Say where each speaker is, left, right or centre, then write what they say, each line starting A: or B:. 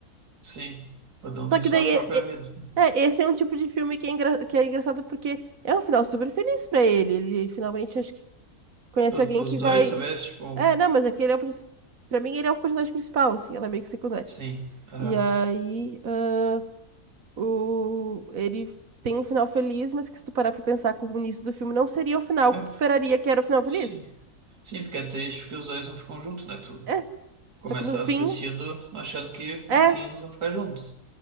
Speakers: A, on the right (about 80°); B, on the right (about 60°).
A: sim. Cada um tem
B: Só que
A: sua
B: daí, é-
A: própria
B: é-
A: vida.
B: é, esse é um tipo de filme que é, engra- que é engraçado porque é um final super feliz pra ele. Ele finalmente acho que conhece
A: Para
B: alguém que
A: os dois,
B: vai.
A: talvez, tipo,
B: É, não, mas é que ele é o. princi- Pra mim, ele é o personagem principal, assim, ela é meio que secundária.
A: sim. Aham.
B: E aí, ah, o... ele tem um final feliz, mas que se tu parar pra pensar com o início do filme, não seria o final
A: É,
B: que tu esperaria que era o final feliz.
A: sim. Sim, porque é triste porque os dois não ficam juntos, né? Tu
B: É,
A: começa
B: só que no fim,
A: assistindo achando que
B: é.
A: no fim eles vão ficar juntos.